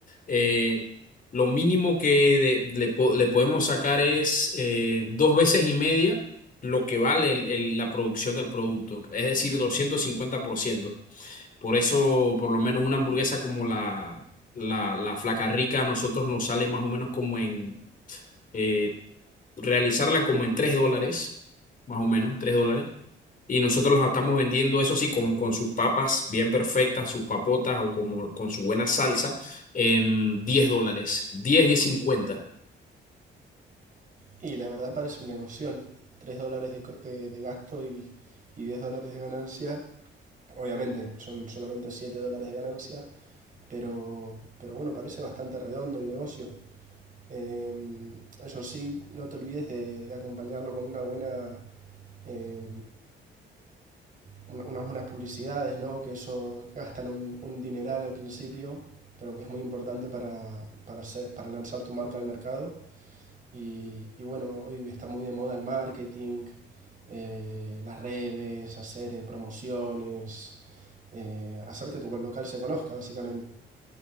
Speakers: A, on the left; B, on the right.
A: eh, lo mínimo que de- le, po- le podemos sacar es eh, dos veces y media lo que vale el- el- la producción del producto, es decir, doscientos cincuenta por ciento por eso, por lo menos una hamburguesa como la, la, la Flaca Rica a nosotros nos sale más o menos como en eh, realizarla como en 3 dólares, más o menos, 3 dólares. Y nosotros la estamos vendiendo, eso sí, con, con sus papas bien perfectas, sus papotas o como con su buena salsa, en 10 dólares, diez diez cincuenta
B: Y la verdad parece un negocio. tres dólares de, de- de gasto y, y 10 dólares de ganancia. Obviamente son solamente 7 dólares de ganancia, pero, pero bueno, parece bastante redondo el negocio. Eh, eso sí, no te olvides de, de acompañarlo con una buena, eh, una- unas buenas publicidades, ¿no? Que eso gastan un, un dineral al principio, pero que es muy importante para, para, hacer- para lanzar tu marca al mercado. Y, y bueno, hoy está muy de moda el marketing, eh, las redes, hacer eh, promociones, eh, hacer que tu local se conozca, básicamente.